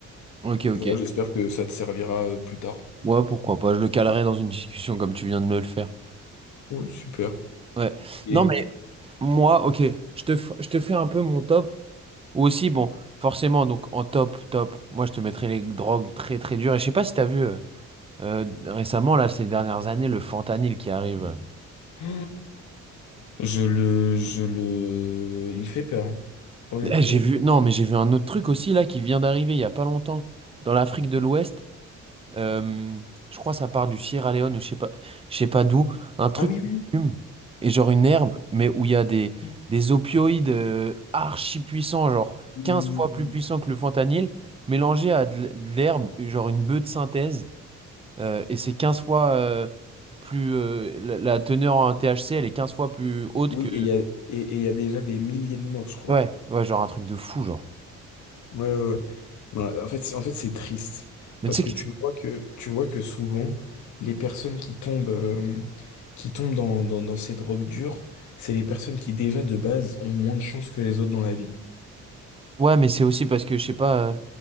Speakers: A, on the right (about 20°); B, on the left (about 70°).
A: ok, ok.
B: Voilà, j'espère que ça te servira euh, plus tard.
A: Ouais, pourquoi pas, je le calerai dans une discussion comme tu viens de me le faire.
B: Ouais, super.
A: Ouais.
B: Et
A: Non, mais moi, ok, je te, f- je te fais un peu mon top. Ou aussi, bon, forcément, donc en top, top, moi je te mettrai les drogues très très dures. Et je sais pas si t'as vu euh, euh, récemment, là, ces dernières années, le fentanyl qui arrive. euh.
B: <gasps> je le, je le, il me fait peur, hein. Honnêtement.
A: Eh, j'ai vu, non, mais j'ai vu un autre truc aussi, là, qui vient d'arriver il y a pas longtemps, dans l'Afrique de l'Ouest. Euh, je crois que ça part du Sierra Leone, je sais pas, je sais pas d'où, un truc
B: Ah oui, oui.
A: qui fume et genre une herbe, mais où il y a des,
B: oui.
A: des opioïdes euh, archi puissants, genre
B: Euh,
A: 15
B: oui, oui,
A: fois plus
B: oui.
A: puissants que le fentanyl, mélangés à de, l- de l'herbe, genre une bœuf de synthèse, euh, et c'est 15 fois euh, plus euh, la, la teneur en THC, elle est 15 fois plus haute
B: Oui,
A: que
B: et il y a, et, et il y a déjà des milliers de morts, je crois.
A: ouais, ouais, genre un truc de fou, genre.
B: Ouais, ouais, ouais. Ouais, en fait, c'est- en fait, c'est triste
A: Mais
B: parce
A: tu sais
B: que
A: que
B: tu vois que tu vois que souvent les personnes qui tombent euh, qui tombent dans, dans, dans ces drogues dures, c'est les personnes qui déjà de base ont moins de chance que les autres dans la vie.
A: Ouais, mais c'est aussi parce que, je sais pas, euh,